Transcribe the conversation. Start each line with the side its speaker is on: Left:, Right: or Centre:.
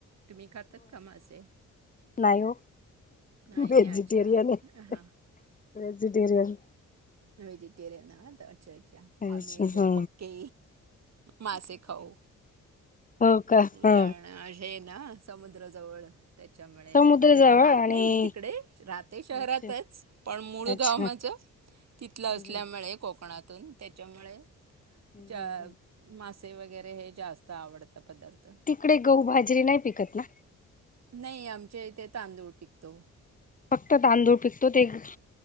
Right: तुम्ही खातात का मासे
Left: नाय ओ
Right: नाही,
Left: वेजिटेरियन
Right: अच्छा.
Left: आहे.
Right: हां.
Left: वेजिटेरियन
Right: वेजिटेरयन आहात. अच्छा-अच्छा!
Left: ह
Right: आम्ही एकदम पक्के मासे खाऊ..
Left: हो का
Right: कारण
Left: हा.
Right: आहे ना समुद्राजवळ त्याच्यामुळे
Left: समुद्र
Right: म्हणजे
Left: जवळ
Right: तर राहत
Left: आणि
Right: नाही मी तिकडे राहते शहरातच
Left: अच्छा
Right: पण मुळूगांव
Left: अच्छा
Right: माझा तिथलं
Left: हम्म
Right: असल्यामुळे
Left: हम्म
Right: कोकणा तोइन त्याच्यामुळे
Left: हम्म
Right: चा
Left: हम्म हम्म.
Right: मासे वगैरे हे जास्त आवडतं. पदार्थ
Left: तिकडे गहू भाजरी नाही पिकत ना.
Right: नाही आमच्या इथे तांदूळ पिकतो.
Left: फक्त तांदूळ पिकतो ते एक